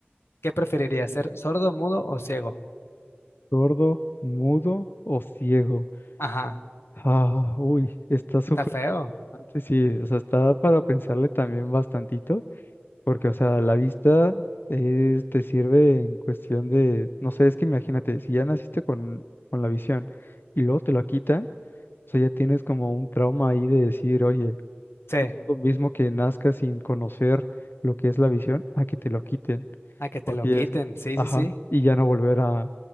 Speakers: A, on the left; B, on the left.
A: ¿qué preferirías? ¿Ser sordo, mudo o ciego?
B: sordo, mudo o ciego.
A: Ajá,
B: Ah, uy, está súper,
A: está feo.
B: interesante, sí, o sea, está para pensarle también bastantito Porque, o sea, la vista es- te sirve en cuestión de, no sé, es que imagínate, si ya naciste con, con la visión y luego te la quitan, o sea, ya tienes como un trauma ahí de decir, oye,
A: Sí.
B: lo mismo que nazcas sin conocer lo que es la visión, a que te lo quiten,
A: A que te
B: porque
A: lo quiten,
B: es,
A: sí,
B: ajá,
A: sí, sí.
B: y ya no volver a,